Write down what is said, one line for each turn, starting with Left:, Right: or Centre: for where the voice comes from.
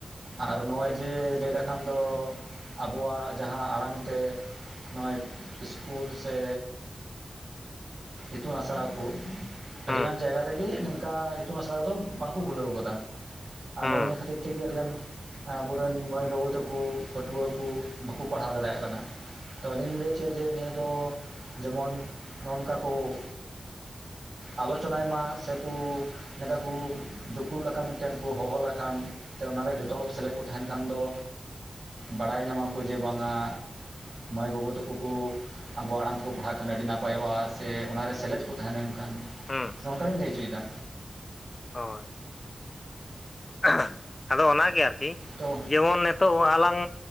Right: ᱟᱨ ᱱᱚᱜᱼᱚᱭ
Left: ᱦᱩᱸ
Right: ᱡᱮ ᱞᱮᱴ ᱟᱞᱟᱱ ᱫᱚ᱾ ᱟᱵᱚᱣᱟᱜ ᱡᱟᱦᱟᱸ ᱟᱲᱟᱝ ᱛᱮ ᱱᱚᱜᱼᱚᱭ ᱤᱥᱠᱩᱞ ᱥᱮ ᱤᱛᱩᱱ ᱟᱥᱲᱟ ᱠᱚ
Left: ᱦᱩᱸ
Right: ᱟᱹᱰᱤ ᱜᱟᱱ ᱡᱟᱭᱜᱟ ᱨᱮᱜᱮ ᱱᱚᱝᱠᱟ ᱤᱛᱩᱱ ᱟᱥᱲᱟ ᱠᱚᱫᱚ ᱵᱟᱝᱠᱚ ᱠᱷᱩᱞᱟᱹᱣ ᱟᱠᱟᱫᱟ᱾ ᱟᱨ
Left: ᱦᱩᱸ
Right: ᱱᱚᱜᱼᱚ ᱱᱤᱭᱟᱹ ᱠᱷᱟᱹᱛᱤᱨ ᱛᱮᱜᱮ ᱟᱹᱰᱤᱜᱟᱱ <unintelligible> ᱟᱵᱚᱨᱮᱱ ᱢᱟᱹᱭ ᱵᱟᱹᱵᱩ ᱛᱟᱠᱚ ᱯᱟᱹᱴᱷᱩᱣᱟᱹ ᱠᱚ ᱵᱟᱠᱚ ᱯᱟᱲᱦᱟᱣ ᱫᱟᱲᱮᱭᱟᱜ ᱠᱟᱱᱟ᱾ <unintelligible> ᱱᱤᱭᱟᱹ ᱫᱚ ᱡᱮᱢᱚᱱ ᱱᱚᱝᱠᱟ ᱠᱚ ᱟᱞᱳᱪᱚᱱᱟᱭ ᱢᱟ ᱥᱮᱠᱚᱩ ᱱᱚᱝᱠᱟ ᱠᱩ ᱫᱩᱠᱩᱜ ᱞᱮᱠᱟ ᱢᱤᱫᱴᱮᱱ ᱠᱚ ᱦᱚᱦᱚ ᱟᱠᱟᱱ ᱥᱮ ᱚᱱᱟᱨᱮ ᱡᱚᱛᱚ ᱦᱚᱲ ᱠᱚ ᱥᱮᱞᱮᱫ ᱠᱚ ᱛᱟᱸᱦᱮᱱ ᱠᱷᱟᱱ ᱫᱚ ᱵᱟᱲᱟᱭ ᱧᱟᱢᱟᱠᱚ ᱡᱮ ᱵᱟᱝᱟ ᱢᱟᱹᱭ ᱵᱟᱹᱵᱩ ᱛᱟᱠᱚ ᱠᱚ ᱟᱵᱚᱣᱟᱜ ᱟᱲᱟᱝ ᱛᱮᱠᱚ ᱯᱟᱲᱦᱟᱜ ᱠᱟᱱᱟ ᱟᱹᱰᱤ ᱱᱟᱯᱟᱭᱚᱜᱼᱟ ᱥᱮ ᱚᱱᱟᱨᱮ ᱥᱮᱞᱮᱫ ᱠᱚ ᱛᱟᱦᱮᱸ ᱞᱮᱱᱠᱷᱟᱱ
Left: ᱦᱩᱸ
Right: ᱱᱚᱝᱠᱟᱤᱧ ᱞᱟᱹᱭ ᱦᱚᱪᱚᱭᱮᱫᱟ
Left: ᱦᱳᱭ <unintelligible> ᱟᱫᱚ ᱚᱱᱟᱜᱮ ᱟᱨᱠᱤ
Right: ᱛᱚ
Left: ᱡᱮᱢᱚᱱ ᱱᱮᱛ ᱛᱚ ᱟᱞᱟᱝ